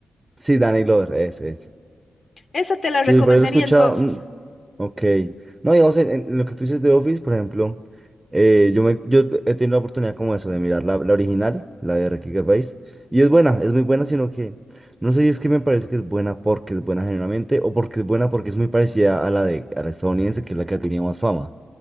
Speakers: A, on the right (about 25°); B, on the left (about 55°).
A: Sí, Danny Glover, es, es.
B: Esa te la
A: Sí,
B: recomendaría
A: por ahí lo he escuchado.
B: entonces.
A: mm, Ok. No, digamos, en, en lo que tú dices de Office, por ejemplo, eh, yo, me, yo he tenido la oportunidad como eso, de mirar la, la original, la de Ricky Gervais, y es buena, es muy buena, sino que no sé si es que me parece que es buena porque es buena generalmente o porque es buena porque es muy parecida a la de a la estadounidense, que es la que ha tenido más fama.